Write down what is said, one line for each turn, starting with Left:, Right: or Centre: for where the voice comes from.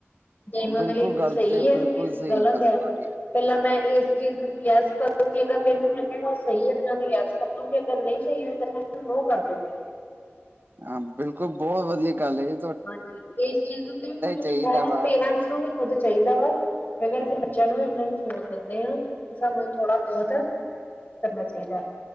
Left: ਜ ਮਤਲ
Right: ਬਿਲਕੁਲ
Left: ਲਈ
Right: ਗੱਲ
Left: ਸਹੀ
Right: ਤੇ
Left: ਹੈ,
Right: ਬਿਲਕੁਲ
Left: ਕਿ
Right: ਸਹੀ
Left: ਗ਼ਲਤ
Right: ਗੱਲ
Left: ਹੈ ੳ,
Right: ਤੁਹਾਡੀ
Left: ਪਹਿਲਾਂ ਮੈਂ ਇਸ ਚੀਜ਼ ਨੂੰ ਯੈਸ ਕਰਦੂੰਗੀ, ਅਗਰ ਮੈਨੂੰ ਲੱਗੇਗਾ ਉਹ ਸਹੀ ਹੈ, ਤੇ ਮੈ ੳਨੂੰ ਯੈਸ ਕਰਦੂਗੀ, ਅਗਰ ਨਹੀਂ ਸਹੀ ਹੋਏਗਾ, ਤਾਂ ਮੈਂ ੳਨੂੰ ਨੋ ਕਰ ਦੂੰਗੀ।
Right: ਹਾਂ ਬਿਲਕੁਲ, ਬਹੁਤ ਵਧੀਆ ਗਲ ਏ।
Left: ਹਾਂਜੀ, ਇਸ ਚੀਜ਼ ਉੱਤੇ ਵੀ
Right: ਚਾਹੀਦਾ
Left: ਥੋੜਾ,
Right: ਵਾ
Left: ਪੇਰੈਂਟਸ ਨੂੰ ਵੀ ਖੁਦ ਚਾਹੀਦਾ ਵਾ ਅਗਰ ਅਸੀਂ ਬੱਚਿਆਂ ਨੂੰ ਵੀ, ਆਪਣੇ ਨੂੰ ਫੋਨ ਦਿੰਦੇ ਹਾਂ, ਤੇ ਸਾਨੂੰ ਥੋੜਾ ਬਹੁਤ ਕਰਨਾ ਚਾਹੀਦਾ।